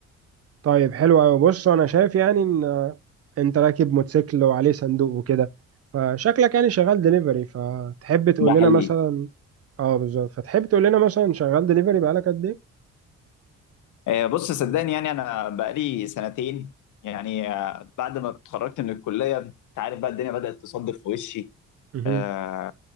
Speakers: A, on the right; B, on the left.
A: طيب حلو أوي بص أنا شايف يعني إن آه، أنت راكب موتوسيكل وعليه صندوق وكده فشكلك يعني شغال دليفري فتحب تقول
B: ده حقيقي
A: لنا مثلا اه بالظبط فتحب تقول لنا مثلا شغال دليفري بقالك قد إيه؟
B: آه، بص صدقني يعني أنا بقالي سنتين يعني آه، بعد ما اتخرجت من الكلية أنت عارف بقى الدنيا بدأت تصدف في وشي
A: مهم.
B: آه،